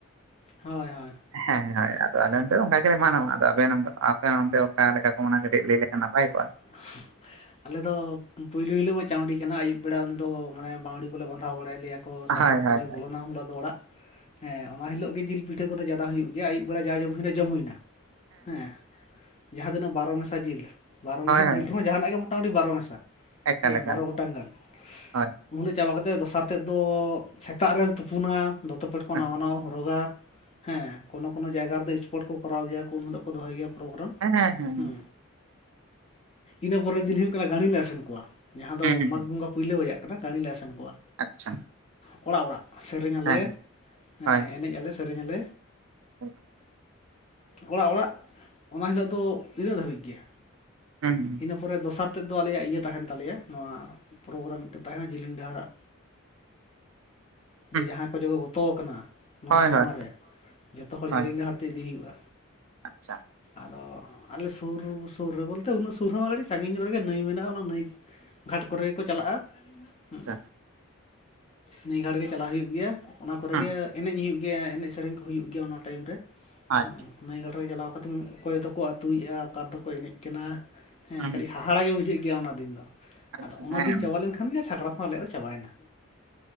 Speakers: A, on the left; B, on the right.
A: ᱦᱳᱭ ᱦᱳᱭ᱾
B: ᱦᱮᱸ ᱦᱚᱭ ᱟᱫᱚ ᱟᱞᱮ ᱚᱱᱛᱮ ᱚᱱᱠᱟ ᱜᱮᱞᱮ ᱢᱟᱱᱟᱣᱟ, ᱟᱫᱚ ᱟᱯᱮ ᱱᱚᱱᱛᱮ ᱟᱯᱮ ᱱᱚᱱᱛᱮ ᱚᱠᱟ ᱞᱮᱠᱟ ᱠᱚ ᱢᱟᱱᱟᱣᱟ, ᱠᱟᱹᱴᱤᱡ ᱞᱟᱹᱭ ᱞᱮᱠᱷᱟᱱ ᱱᱟᱯᱟᱭ ᱠᱚᱜᱼᱟ?
A: <inaudible> ᱟᱞᱮ ᱫᱚ ᱯᱩᱭᱞᱩ ᱦᱤᱞᱳᱜ ᱢᱟ ᱪᱟᱹᱶᱰᱤ ᱠᱟᱱᱟ ᱟᱹᱭᱩᱵ ᱵᱮᱲᱟ ᱩᱱᱤ ᱫᱚ ᱢᱟᱱᱮ ᱵᱟᱹᱶᱲᱤ ᱠᱚᱞᱮ ᱵᱟᱸᱫᱷᱟᱣ ᱵᱟᱲᱟᱭ ᱞᱮᱭᱟ᱾ ᱠᱚ ᱥᱟᱠᱨᱟᱛ
B: ᱦᱳᱭ ᱦᱳᱭ
A: ᱵᱩᱲᱦᱤ ᱵᱚᱞᱚᱱᱟ ᱩᱱ ᱦᱤᱞᱤᱜ ᱫᱚ ᱚᱲᱟᱜ, ᱦᱮᱸ ᱚᱱᱟ ᱦᱤᱞᱳᱜᱼᱼ ᱜᱤ ᱡᱤᱞ ᱯᱤᱴᱷᱟᱹ ᱠᱚᱫᱚ ᱡᱟᱫᱟ ᱦᱩᱭᱩᱜ ᱜᱮᱭᱟ ᱟᱭᱩᱵ ᱵᱮᱲᱟ ᱡᱟ ᱡᱚᱢ ᱦᱩᱭᱮᱱᱟ ᱡᱚᱢ ᱦᱩᱭᱱᱟ ᱦᱮᱸ᱾ ᱡᱟᱦᱟᱸ ᱛᱤᱱᱟᱹᱜ ᱵᱟᱨᱚ ᱢᱮᱥᱟ ᱡᱤᱞ ᱵᱟᱨᱚ ᱢᱮᱥᱟ
B: ᱦᱳᱭ
A: ᱡᱤᱞ
B: ᱦᱳᱭ
A: ᱨᱮᱦᱚᱸ ᱡᱟᱦᱟᱱᱟᱜ ᱜᱮ ᱢᱚᱴᱟᱢᱩᱴᱤ ᱵᱟᱨᱚ ᱢᱮᱥᱟ᱾
B: ᱮᱠᱟᱞ
A: ᱦᱮᱸ
B: ᱮᱠᱟᱞ
A: ᱵᱟᱨᱚ ᱜᱚᱴᱟᱝ ᱜᱟᱱ᱾
B: ᱦᱳᱭ
A: ᱩᱱ ᱦᱤᱞᱳᱜ ᱪᱟᱵᱟ ᱠᱟᱛᱮᱱ ᱫᱚᱥᱟᱨ ᱛᱮᱫ ᱫᱚ ᱥᱮᱛᱟᱜ ᱨᱮᱢ ᱛᱩᱯᱩᱱᱟ᱾ ᱫᱚᱛᱚ ᱯᱮᱴ ᱠᱚ
B: ᱦᱮᱸ
A: ᱱᱟᱣᱟ ᱱᱟᱣᱟ ᱦᱚᱨᱚᱜᱟ ᱦᱮᱸ ᱠᱳᱱᱳ ᱠᱳᱱᱳ ᱡᱟᱭᱜᱟ ᱨᱮᱫᱚ ᱥᱯᱚᱴ ᱠᱚᱨᱟᱣ ᱜᱮᱭᱟ ᱠᱚ ᱩᱱ ᱦᱤᱞᱳᱜ᱾ ᱠᱚ ᱫᱚᱦᱚᱭ ᱜᱮᱭᱟ ᱯᱨᱳᱜᱨᱟᱢ
B: ᱦᱮᱸ ᱦᱮᱸ ᱦᱮᱸ
A: ᱦᱩᱸ᱾ ᱤᱱᱟᱹ ᱯᱚᱨᱮ ᱫᱤᱱ ᱦᱩᱭᱩᱜ ᱠᱟᱱᱟ ᱜᱟᱺᱲᱤ ᱞᱮ ᱟᱥᱮᱱ ᱠᱚᱣᱟ, ᱡᱟᱦᱟᱸ ᱫᱚ
B: ᱦᱩᱸ ᱦᱩᱸ
A: ᱢᱟᱜᱽ ᱵᱚᱸᱜᱟᱼᱼ ᱯᱩᱭᱞᱳ ᱨᱮᱭᱟᱜ ᱠᱟᱱᱟ ᱜᱟᱹᱲᱤ ᱞᱮ ᱟᱥᱮᱱ ᱠᱚᱣᱟ᱾
B: ᱟᱪᱪᱷᱟ᱾
A: ᱠᱚᱲᱟ ᱚᱲᱟᱜ ᱥᱮᱨᱮᱧ ᱟᱞᱮ
B: ᱦᱮᱸ ᱦᱳᱭ
A: ᱦᱮᱸ ᱮᱱᱮᱡ ᱟᱞᱮ ᱥᱮᱨᱮᱧ ᱟᱞᱮ᱾
B: ᱦᱳᱭ
A: ᱚᱲᱟᱜ ᱚᱲᱟᱜ ᱚᱱᱟ ᱦᱤᱞᱳᱜ ᱫᱚ ᱤᱱᱟᱹᱜ ᱫᱷᱟᱹᱵᱤᱡ ᱜᱮ᱾
B: ᱦᱮᱸ᱾
A: ᱤᱱᱟᱹ ᱯᱚᱨᱮ ᱫᱚᱥᱟᱨ ᱛᱮᱫ ᱫᱚ ᱟᱞᱮᱭᱟᱜ ᱤᱭᱟᱹ ᱛᱟᱦᱮᱱ ᱛᱟᱞᱮᱭᱟ ᱱᱚᱣᱟ ᱯᱨᱳᱜᱨᱟᱢ ᱢᱤᱫᱴᱮᱱ ᱛᱟᱦᱮᱱᱟ ᱡᱤᱞᱤᱧ ᱰᱟᱦᱟᱨᱟᱜ᱾
B: <inaudible>
A: ᱡᱮ ᱡᱟᱦᱟᱸᱭ ᱠᱚ ᱫᱚ ᱠᱚ ᱜᱚᱛᱚ ᱠᱟᱱᱟ ᱱᱚᱣᱟ
B: ᱦᱳᱭ
A: ᱥᱮᱨᱢᱟ
B: ᱦᱳᱭ
A: ᱨᱮ ᱡᱚᱛᱚ ᱦᱚᱲ
B: ᱦᱳᱭ
A: ᱡᱮᱞᱮᱧ ᱰᱟᱦᱟᱨ ᱛᱮ ᱤᱫᱤ ᱦᱩᱭᱩᱜᱼᱟ᱾
B: ᱟᱪᱪᱷᱟ᱾
A: ᱟᱫᱚ ᱟᱞᱮ ᱥᱩᱨ ᱥᱩᱨ ᱨᱮ ᱵᱚᱞᱛᱮ ᱩᱱᱟᱹᱜ ᱥᱩᱨᱼᱼ ᱥᱩᱨ ᱦᱚᱸ ᱵᱟᱝ ᱠᱟᱴᱤᱡ ᱥᱟᱺᱜᱤᱧ ᱧᱚᱜ ᱨᱮᱜᱮ ᱱᱟᱹᱭ ᱢᱮᱱᱟᱜᱼᱟ, ᱚᱱᱟ ᱱᱟᱹᱭ ᱜᱷᱟᱴ ᱠᱚᱨᱮ ᱜᱮ ᱠᱚ ᱪᱟᱞᱟᱜᱼᱟ᱾ ᱦᱮᱸ
B: ᱟᱪᱪᱷᱟ
A: ᱱᱟᱹᱭ ᱜᱷᱟᱴ ᱜᱮ ᱪᱟᱞᱟᱜ ᱦᱩᱭᱩᱜ ᱜᱮᱭᱟ᱾ ᱚᱱᱟ ᱠᱚᱨᱮ
B: ᱦᱩᱸ
A: ᱜᱮ ᱮᱱᱮᱡ ᱦᱩᱭᱩᱜ ᱜᱮᱭᱟ, ᱮᱱᱮᱡ ᱥᱮᱨᱮᱧ ᱠᱚ ᱦᱩᱭᱩᱜ ᱜᱮᱭᱟ ᱚᱱᱟ ᱴᱟᱭᱤᱢ ᱨᱮ᱾
B: ᱦᱳᱭ
A: ᱱᱟᱹᱭ ᱜᱟᱰᱟ ᱨᱮ ᱪᱟᱞᱟᱣ ᱠᱟᱛᱮᱫ ᱚᱠᱚᱭ ᱫᱚᱠᱚ ᱟᱛᱩᱭᱮᱜᱼᱟ, ᱚᱠᱟ ᱫᱚᱠᱚ ᱮᱱᱮᱡ ᱠᱟᱱᱟ ᱦᱮᱸ
B: ᱦᱩᱸ
A: ᱠᱟᱹᱴᱤᱡ ᱦᱟᱦᱟᱼᱼ ᱦᱟᱦᱟᱲᱟ ᱜᱮ ᱵᱩᱡᱷᱟᱹᱜ ᱜᱮᱭᱟ ᱚᱱᱟ ᱫᱤᱱ ᱫᱚ
B: ᱟᱪᱪᱷᱟ
A: ᱟᱫᱚ ᱚᱱᱟ
B: ᱦᱮᱸ
A: ᱫᱤᱱ ᱪᱟᱵᱟ ᱞᱮᱱᱠᱷᱟᱱ ᱜᱮ ᱥᱟᱠᱨᱟᱛ ᱦᱚᱸ ᱟᱞᱮᱭᱟᱜ ᱫᱚ ᱪᱟᱵᱟᱭᱮᱱᱟ᱾